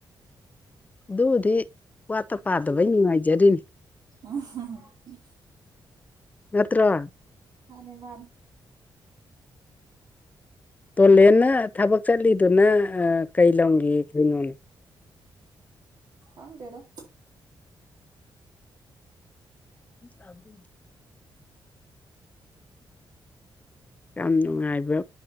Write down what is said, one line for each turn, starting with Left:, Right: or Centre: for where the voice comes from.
Left: ꯑꯗꯨꯕꯨꯗꯤ ꯋꯥꯠꯇ ꯄꯥꯗꯕꯩ ꯅꯨꯡꯉꯥꯏꯖꯔꯤꯅꯤ
Right: ꯎ
Left: ꯅꯠꯇ꯭ꯔ
Right: ꯍꯅꯃꯥꯟ
Left: ꯇꯣꯂꯦꯟꯅ ꯊꯕꯛ ꯆꯠꯂꯤꯗꯨꯅ ꯀꯩ ꯂꯝꯒꯤ ꯀꯩꯅꯣꯅꯦ
Right: ꯍꯥ ꯗꯦꯗ
Left: ꯆꯕꯨꯨ ꯌꯥꯝ ꯅꯨꯡꯉꯥꯏꯕ